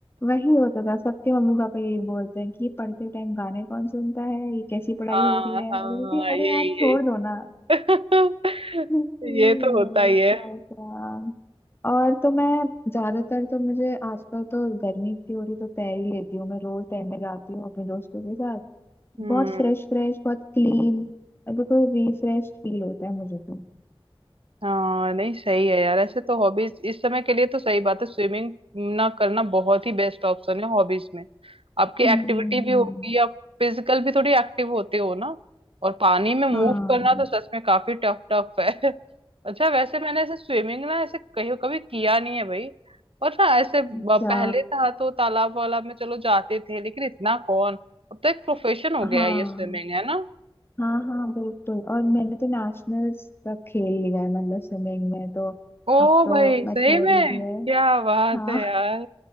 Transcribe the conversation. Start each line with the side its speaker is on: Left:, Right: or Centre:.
Left: वही होता था सबके मम्मी पापा यही बोलते हैं कि पढ़ते टाइम गाने कौन सुनता है ये कैसी पढ़ाई
Right: हाँ
Left: हो रही है
Right: हाँ
Left: मैं बोलती थी,
Right: यही
Left: अरे यार छोड़
Right: यही
Left: दो ना
Right: <laughs>
Left: <laughs> वही
Right: ये तो होता ही है
Left: तो क्या और तो मैं ज्यादातर तो मुझे आजकल तो गर्मी इतनी हो रही तो तैर ही लेती हूँ मैं रोज तैरने जाती हूँ अपने दोस्तों के साथ
Right: हम्म
Left: बहुत फ्रेश फ्रेश बहुत क्लीन बिल्कुल रिफ्रेश फील होता है मुझे तो
Right: हाँ नहीं सही है यार ऐसे तो हॉबीज इस समय के लिए तो सही बात है स्विमिंग ना करना बहुत ही बेस्ट ऑप्शन है हॉबीज में आपकी
Left: हम्म
Right: एक्टिविटी भी होगी आप फिजिकल भी थोड़ी एक्टिव होते हो ना और पानी में मूव
Left: हाँ
Right: करना तो सच में काफी टफ टफ है <laughs> अच्छा वैसे मैंने ऐसे स्विमिंग ना ऐसे कहीं कभी किया नहीं है भाई और ना ऐसे ब-
Left: अच्छा
Right: पहले था तो तालाब वाला में चलो जाते थे लेकिन इतना कौन अब तो एक प्रोफेशन हो गया
Left: हाँ
Right: है ये स्विमिंग है ना
Left: हाँ हाँ बिल्कुल और मैंने तो नेशनल्स तक खेल लिया है मतलब स्विमिंग में तो
Right: ओ
Left: अब तो
Right: भाई
Left: मैं
Right: सही
Left: छोड़
Right: में
Left: ही दिया
Right: क्या
Left: है
Right: बात
Left: हाँ
Right: है यार